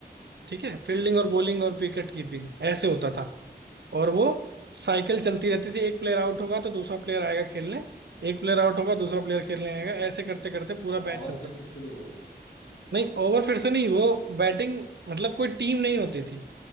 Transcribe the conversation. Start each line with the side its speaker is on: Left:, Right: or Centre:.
Right: ठीक है फील्डिंग
Left: हम्म
Right: और बॉलिंग और विकेट कीपिंग ऐसे होता था और वो साइकिल चलती रहती थी एक प्लेयर आउट होगा तो दूसरा प्लेयर आएगा खेलने एक प्लेयर आउट होगा दूसरा प्लेयर खेलने आएगा ऐसे करते करते पूरा
Left: और
Right: मैच
Left: ओवर
Right: चलता
Left: फिर
Right: था
Left: से शुरू होगा
Right: नहीं ओवर फिर से नहीं वो बैटिंग मतलब कोई टीम नहीं होती थी